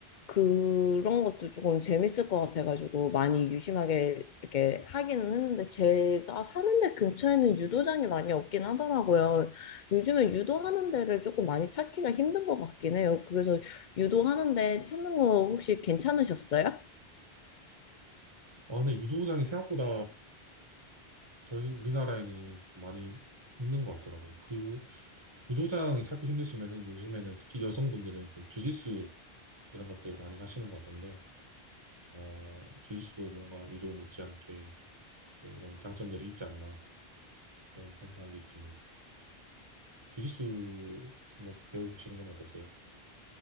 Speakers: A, on the left; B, on the right.
A: 그런 것도 조금 재밌을 것 같아가지고 많이 유심하게 이렇게 하기는 했는데 제가 사는 데 근처에는 유도장이 많이 없긴 하더라고요. 요즘은 유도하는 데를 조금 많이 찾기가 힘든 것 같긴 해요. 그래서 유도하는 데 찾는 거 혹시 괜찮으셨어요?
B: 아, 네, 유도장이 생각보다 저희 우리나라에는 좀 많이 있는 것 같더라고요. 그리고 유도장이 찾기 힘드시면은 요즘에는 특히 여성분들은 좀 주짓수 이런 것들 많이 하시는 것 같던데 어, 주짓수도 뭔가 유도 못지않게 그런 장점들이 있지 않나 이런 생각이 듭니다. 주짓수 뭐 배워보시는 건 어떠세요?